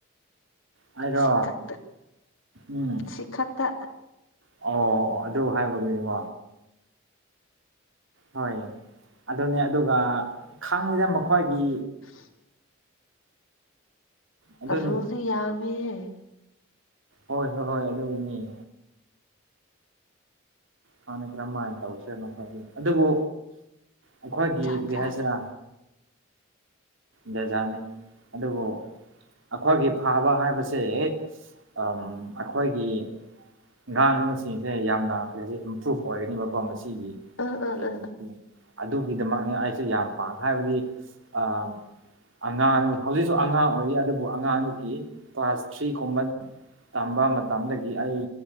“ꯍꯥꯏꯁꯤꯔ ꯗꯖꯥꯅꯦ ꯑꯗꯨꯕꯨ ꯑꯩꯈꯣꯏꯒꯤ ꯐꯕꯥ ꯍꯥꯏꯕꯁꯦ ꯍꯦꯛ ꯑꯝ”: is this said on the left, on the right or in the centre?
Right